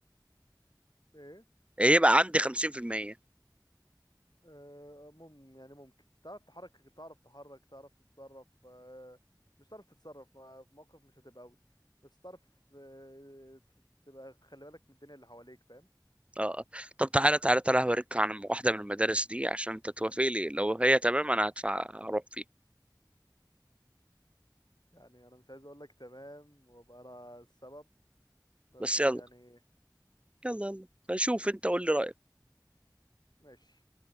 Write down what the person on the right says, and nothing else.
هيبقى عندي 50%
اه طب تعالى تعالى تعالى هوريك عن واحدة من المدارس دي عشان انت توافق لي لو هي تمام انا هدفع اروح فيه
بس يلا
يلا يلا شوف انت قول لي رأيك